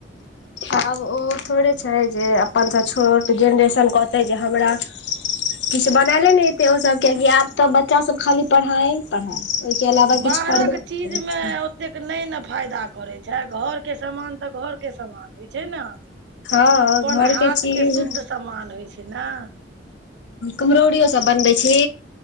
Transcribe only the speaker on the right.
बाहरक
चीजमे
ओतेक नै ने फायदा करै छै, घरके समान त घरके समान होइ छै न।
अपन
हाथ
के शुद्ध समान होइ छै ने।